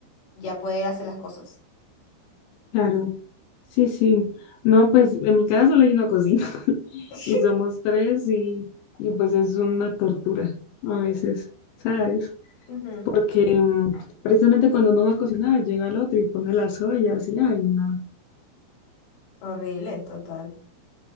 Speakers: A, on the left; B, on the left.
A: ya poder hacer las cosas.
B: claro. Sí, sí. No, pues en mi casa solo hay una cocina <laughs>
A: <laughs>
B: y somos tres y, y pues es una tortura a veces, ¿sabes?
A: Ujú.
B: Porque mm, precisamente cuando uno va a cocinar llega el otro y pone las ollas y ay, no.
A: Horrible, total.